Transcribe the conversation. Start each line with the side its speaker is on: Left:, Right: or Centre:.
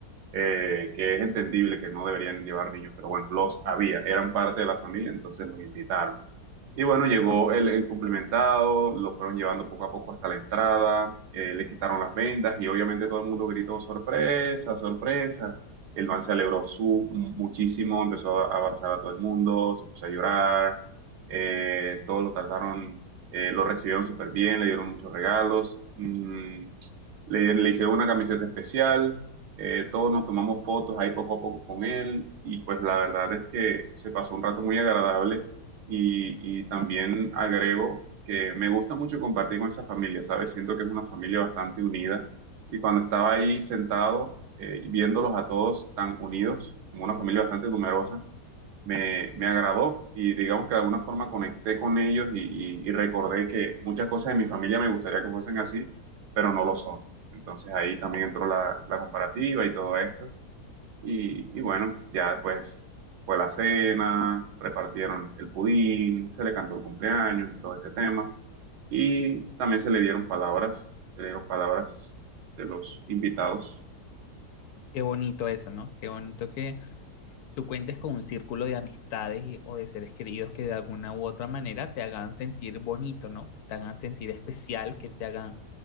Right: eh, que es entendible que no deberían llevar niños, pero bueno, los había, eran parte de la familia, entonces los invitaron. Y bueno, llegó el, el cumplimentado, lo fueron llevando poco a poco hasta la entrada, eh, le quitaron las vendas y obviamente todo el mundo gritó sorpresa, sorpresa. El man se alegró su, muchísimo, empezó a, a abrazar a todo el mundo, se puso a llorar, eh, todos lo trataron, eh, lo recibieron súper bien, le dieron muchos regalos, mm, le, le hicieron una camiseta especial, eh, todos nos tomamos fotos ahí poco a poco con él y pues la verdad es que se pasó un rato muy agradable y, y también agrego que me gusta mucho compartir con esa familia, ¿sabes? Siento que es una familia bastante unida. Y cuando estaba ahí sentado, eh, y viéndolos a todos tan unidos, como una familia bastante numerosa, me, me agradó y digamos que de alguna forma conecté con ellos y, y y recordé que muchas cosas de mi familia me gustaría que fuesen así, pero no lo son. Entonces ahí también entró la, la comparativa y todo esto. Y, y bueno, ya después fue la cena, repartieron el pudín, se le cantó el cumpleaños y todo este tema. Y también se le dieron palabras, se le dieron palabras de los invitados.
Left: Qué bonito eso, ¿no? Qué bonito que tú cuentes con un círculo de amistades y- o de seres queridos que de alguna u otra manera te hagan sentir bonito, ¿no? Que te hagan sentir especial, que te hagan